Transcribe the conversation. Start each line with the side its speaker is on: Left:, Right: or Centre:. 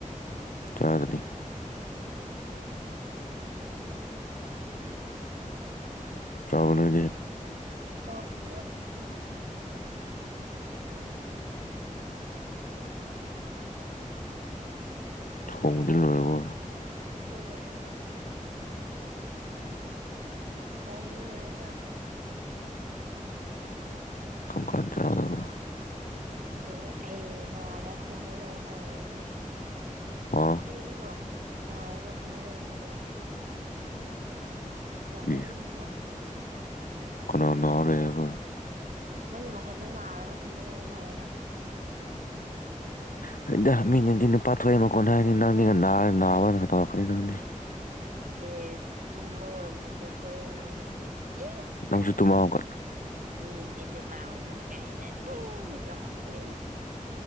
Left: ꯆꯥꯗ꯭ꯔꯤ ꯆꯥꯔꯕꯣ ꯅꯣꯏꯗꯤ
Right: ꯆꯥꯗꯔꯤ
Left: ꯊꯣꯡꯕꯗꯤ ꯂꯣꯏꯔꯕꯣ
Right: ꯍꯣꯏ ꯂꯣꯏꯦ ꯍꯣꯏ ꯊꯣꯝꯗꯤ ꯂꯣꯏꯔꯦ ꯆꯥꯗ꯭ꯔꯔꯤ
Left: ꯀꯔꯝ ꯀꯥꯟ ꯆꯥꯒꯗꯕ
Right: ꯁꯖ ꯑꯩ ꯥꯗ ꯈꯨꯝꯃ ꯂꯩꯔ ꯃꯥꯜꯂꯦꯗ ꯅꯪ
Left: ꯍꯥ
Right: ꯈꯝꯅꯤꯡꯕ꯭ꯔꯣ ꯅꯥꯔꯒ ꯈꯨꯝꯃ ꯂꯩ ꯃꯥꯜꯂꯦꯕ ꯃꯌꯥꯝ ꯑꯗꯨꯝ
Left: ꯏ
Right: ꯂꯤꯡꯉꯤꯕ꯭ꯔꯣ
Left: ꯀꯅꯥ ꯅꯥꯔ ꯂꯩ ꯍꯥꯏꯕ
Right: ꯅꯪꯒꯤ ꯃꯈꯣꯟꯗꯣ ꯅꯥꯔꯒ ꯈꯨꯝꯕ ꯂꯩꯕ ꯃꯥꯜꯂꯦꯕ
Left: ꯍꯗ ꯃꯤꯅꯗꯤꯅ ꯄꯥꯊꯣꯛꯑ ꯑꯃ ꯀꯣꯟꯅ ꯍꯥꯏꯅꯤ ꯅꯪꯗꯤꯅ ꯅꯥꯔ ꯅꯥꯕꯅ ꯍꯥꯠꯇꯧꯔꯛꯀꯅꯤ ꯅꯪꯗꯤ
Right: ꯑꯦ ꯇꯨꯝꯃꯒ ꯃꯈꯣꯟ ꯊꯣꯛꯣꯛꯑꯦꯗꯅ ꯍꯧꯖꯤꯛꯇꯤ ꯏꯁ
Left: ꯅꯪꯁꯨ ꯇꯨꯝꯃ
Right: ꯃꯤ
Left: ꯍꯧꯒꯠ
Right: ꯃꯤ ꯂꯤ ꯅꯨ ꯄꯕ ꯍꯨꯟꯀ ꯍꯥꯏꯅ ꯑꯩꯗꯝꯝꯗꯦ